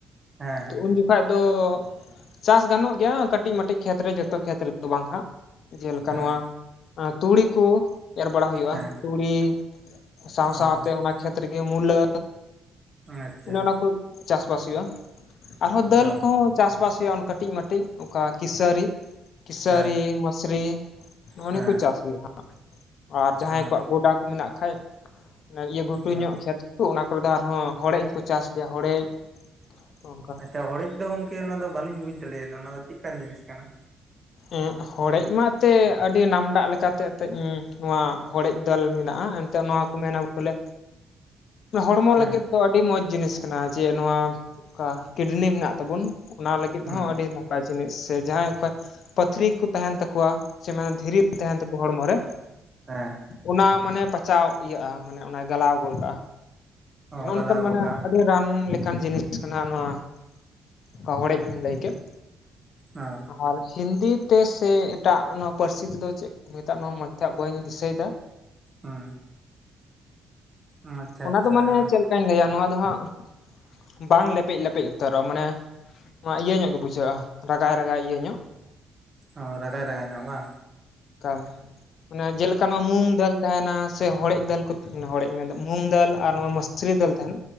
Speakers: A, on the right; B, on the left.
A: ᱦᱮᱸ ᱦᱮᱸ
B: ᱛᱚ ᱩᱱ ᱡᱚᱠᱷ ᱵᱟᱠᱷᱟᱡ ᱫᱚ ᱪᱟᱥ ᱜᱟᱱᱚᱜ ᱜᱮᱭᱟ, ᱠᱟᱹᱴᱤᱡ ᱢᱟᱹᱴᱤᱡ ᱠᱷᱮᱛ ᱨᱮ ᱡᱷᱚᱛᱚ ᱠᱷᱮᱛ ᱨᱮᱫᱚ ᱵᱟᱝ ᱦᱟᱸᱜ᱾ ᱡᱮᱞᱠᱟ
A: ᱦᱮᱸ
B: ᱱᱚᱣᱟ ᱟᱸ ᱛᱩᱲᱤ ᱠᱚ ᱮᱨ ᱵᱟᱲᱟ ᱦᱩᱭᱩᱜ-ᱟ,
A: ᱦᱮᱸ
B: ᱛᱩᱲᱤ ᱥᱟᱶ ᱥᱟᱶᱛᱮ
A: ᱚ
B: ᱚᱱᱟ ᱠᱷᱮᱛ ᱨᱮᱜᱮ ᱢᱩᱞᱟᱹ᱾
A: ᱟᱪᱪᱷᱟ
B: ᱚᱱᱮ ᱚᱱᱟ ᱠᱚ ᱪᱟᱥᱵᱟᱥ ᱦᱩᱭᱩᱜᱼᱟ᱾ ᱟᱨᱦᱚᱸ ᱫᱟᱹᱞ
A: ᱚ
B: ᱠᱚᱦᱚᱸ ᱪᱟᱥᱵᱟᱥ ᱦᱩᱭᱩᱜ-ᱟ ᱟᱱᱟ ᱠᱟᱹᱴᱤᱡ ᱢᱟᱹᱴᱤ᱾ ᱴᱤᱡ ᱚᱠᱟ ᱠᱤᱥᱟᱹᱨᱤ, ᱠᱤᱥᱟᱹᱨᱤ,
A: ᱦᱮᱸ
B: ᱢᱟᱹᱥᱨᱤ ᱱᱚᱜᱼᱚ ᱱᱤᱭᱟᱹ
A: ᱦᱮᱸ
B: ᱠᱚ ᱪᱟᱥ ᱦᱩᱭᱩᱜ-ᱟ ᱦᱟᱸᱜ ᱾ ᱟᱨ ᱡᱟᱦᱟᱸᱭ
A: ᱚ
B: ᱠᱚᱣᱟᱜ ᱜᱚᱰᱟ ᱠᱚ ᱢᱮᱱᱟᱜ ᱠᱷᱟᱡ, ᱢᱟᱱᱮ ᱤᱭᱟᱹ ᱜᱷᱩᱴᱩ
A: ᱦᱮᱸ
B: ᱧᱚᱜ ᱠᱷᱮᱛ᱾ ᱚᱱᱟ ᱠᱚᱨᱮ ᱫᱚ ᱟᱨᱦᱚᱸ ᱦᱚᱲᱮᱡ ᱦᱚᱸᱠᱚ ᱪᱟᱥ ᱜᱮᱭᱟ, ᱦᱚᱲᱮᱡ ᱛᱟ ᱚᱱᱠᱟ᱾
A: ᱟᱪᱪᱷᱟ ᱦᱚᱲᱮᱡ ᱫᱚ ᱜᱚᱝᱠᱮ ᱚᱱᱟ ᱫᱚ ᱵᱟᱞᱤᱧ ᱵᱩᱡ ᱫᱟᱲᱮᱭᱟᱫᱟ ᱚᱱᱟ ᱫᱚ ᱪᱮᱫᱠᱟᱱ ᱡᱤᱱᱤᱥ ᱠᱟᱱᱟ?
B: ᱮᱸᱜ ᱦᱚᱲᱮᱡ ᱢᱟ ᱮᱛᱮ ᱟᱹᱰᱤ ᱱᱟᱢᱰᱟᱜ ᱞᱮᱠᱟ ᱛᱮᱜ ᱮᱛᱮᱜ ᱤᱧ ᱱᱚᱣᱟ ᱦᱚᱲᱮᱡ ᱫᱟᱹᱞ ᱢᱮᱱᱟᱜ-ᱟ ᱮᱱᱛᱮᱜ ᱱᱚᱣᱟ ᱠᱚ ᱢᱮᱱᱟ ᱵᱚᱞᱮ ᱦᱚᱲᱢᱚ
A: ᱦᱮᱸ
B: ᱞᱟᱹᱜᱤᱫ ᱫᱚ ᱟᱹᱰᱤ ᱢᱚᱸᱡᱽ ᱡᱤᱱᱤᱥ ᱠᱟᱱᱟ, ᱡᱮ ᱱᱚᱣᱟ ᱚᱱᱠᱟ ᱠᱤᱰᱱᱤ ᱢᱮᱱᱟᱜ ᱛᱟᱵᱚᱱ᱾ ᱚᱱᱟ ᱞᱟᱹᱜᱤᱫ
A: ᱦᱩᱸ
B: ᱦᱚᱸ ᱟᱹᱰᱤ ᱱᱟᱯᱟᱭ ᱡᱤᱱᱤᱥ᱾ ᱥᱮ ᱡᱟᱦᱟᱸᱭ ᱚᱠᱚᱭ ᱯᱟᱹᱛᱷᱨᱤ ᱠᱚ ᱛᱟᱦᱮᱱ ᱛᱟᱠᱚᱣᱟ <unintelligible> ᱫᱷᱤᱨᱤ ᱛᱟᱦᱮᱸᱱ ᱛᱟᱠᱚ ᱦᱚᱲᱢᱚ ᱨᱮ᱾
A: ᱦᱮᱸ
B: ᱚᱱᱟ ᱢᱟᱱᱮ ᱯᱟᱪᱟᱣ ᱤᱭᱟᱹᱜ-ᱟ, ᱢᱟᱱᱮ ᱚᱱᱟᱭ ᱜᱟᱞᱟᱣ ᱜᱚᱞ ᱠᱟᱜ-ᱟ᱾
A: ᱚ
B: ᱱᱚ-ᱚᱱᱠᱟᱱ
A: ᱜᱟᱞᱟᱣ ᱜᱚᱜ
B: ᱢᱟᱱᱮ
A: ᱠᱟᱜᱼᱟ
B: ᱨᱟᱱ ᱞᱮᱠᱟᱱ ᱡᱤᱱᱤᱥ ᱠᱟᱱᱟ, ᱱᱚᱣᱟ ᱦᱚᱲᱮᱡ ᱤᱧ ᱞᱟᱹᱭ ᱠᱮᱫ᱾
A: ᱚ᱾
B: ᱟᱨ ᱦᱤᱱᱫᱤ ᱛᱮ ᱥᱮ ᱮᱴᱟᱜ ᱱᱚᱣᱟ ᱯᱟᱹᱨᱥᱤ ᱛᱮᱫᱚ ᱪᱮᱜ ᱠᱚ ᱢᱮᱛᱟᱜ-ᱟ ᱱᱚᱣᱟ ᱢᱚᱡᱽ ᱛᱮ ᱦᱟᱸᱜ ᱵᱟᱹᱧ ᱫᱤᱥᱟᱹᱭᱫᱟ᱾
A: ᱦᱩᱸ᱾ ᱟᱪᱪᱷᱟ
B: ᱚᱱᱟ
A: ᱟᱪᱪᱷᱟ
B: ᱫᱚ ᱢᱟᱱᱮ ᱪᱮᱞ ᱞᱮᱠᱟᱧ ᱞᱟᱹᱭᱟ, ᱱᱚᱣᱟ ᱫᱚ ᱦᱟᱸᱜ ᱵᱟᱝ ᱞᱮᱯᱮᱡ ᱞᱮᱯᱮᱡ ᱩᱛᱟᱹᱨᱚᱜ-ᱟ ᱢᱟᱱᱮ ᱱᱚᱣᱟ ᱤᱭᱟᱹ ᱧᱚᱜ ᱜᱮ ᱵᱩᱡᱷᱟᱹᱜ-ᱟ, ᱨᱟᱜᱟᱭ ᱨᱟᱜᱟᱭ ᱤᱭᱟᱹ ᱧᱚᱜ᱾
A: ᱚ ᱨᱟᱜᱟᱭ ᱨᱟᱜᱟᱭ ᱧᱚᱜ ᱵᱟᱝ?
B: ᱚᱱᱠᱟ᱾ ᱢᱟᱱᱮ ᱡᱮᱞᱮᱠᱟ ᱱᱚᱣᱟ ᱢᱩᱝ ᱰᱟᱞ᱾ ᱛᱟᱦᱮᱱᱟ ᱥᱮ ᱦᱚᱲᱮᱡ ᱫᱟᱹᱞ ᱠᱚ ᱦᱚᱲᱮᱡ ᱤᱧ ᱢᱮᱱᱫᱟ ᱢᱩᱝ ᱫᱟᱹᱞ ᱟᱨ ᱱᱚᱣᱟ ᱢᱥᱨᱤ ᱫᱞ ᱛᱟᱦᱮᱱᱟ᱾